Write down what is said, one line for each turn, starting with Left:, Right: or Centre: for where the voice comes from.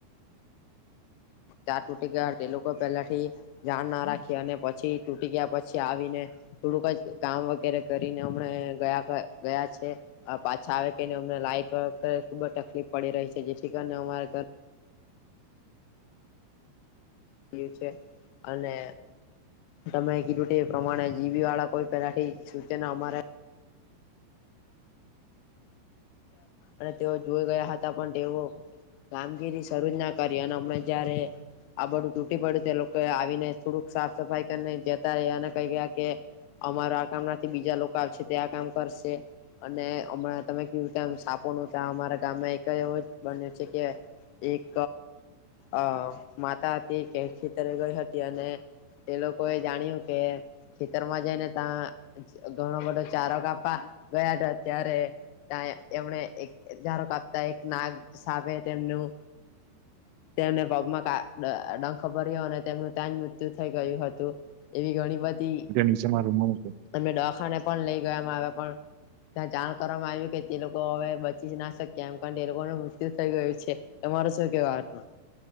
Left: ચા તૂટે ગયા તે લોકો પહેલાથી ધ્યાન ના રાખી અને પછી તૂટી ગયા પછી આવીને થોડુંક જ કામ વગેરે કરીને હમણા ગયા ગયા છે. પાછા આવે કે અમને લાઈટ વ ખબ જ તકલીફ પડી રહી છે જેથી કરીને અમારા ઘ લી છે અને તમે કીધું તે પ્રમાણે જી વી બી વાળા કોઈ પેલાથી સૂચન અમારે અને તેઓ જોઈ ગયા હતા પણ તેઓ કામગીરી શરૂ જ ના કરી અને હમણા જયારે આ બડું તૂટી પડ્યું છે એ લોકો આવીને થોડુંક સાફ સફાઈ કરીને જતા રહ્યા અને કઈ ગયા કે અમારા આ કામ નાથી બીજા લોકો આવશે તે આ કામ કરશે અને હમણાં તમે કેયૂ સાપો નું અમારા ગામમાં એક એવ બન્યો છે કે એક અ માતા હતી કે ખી તરે ગઈ હતી અને એ લોકો એ જાણ્યું કે ખેતરમાં જઈને ત્યા ઘણ બડ ચાર કપા ગયા રત્યારે એમણે એક ધારો કાપતા એક નાગ સાબે તેમનું તેમને પગમાં ક ડંખ ભર્યો અને તેમનું ત્યાં જ મૃત્યુ થઈ ગયું હતું એવી ઘણી બધી
Right: નીચે મારા રૂમમાં મૂકો
Left: એમને ડવાખાને પણ લઈ ગયા <unintelligible> પણ ત્યાં જાણ કરવામાં આવ્યું કે તે લોકો હવે બચી જ ના શક્યા એમ કર તે લોકોનું મૃત્યુ થઈ ગયું છે. તમારે શું કેવુ વાતમાં?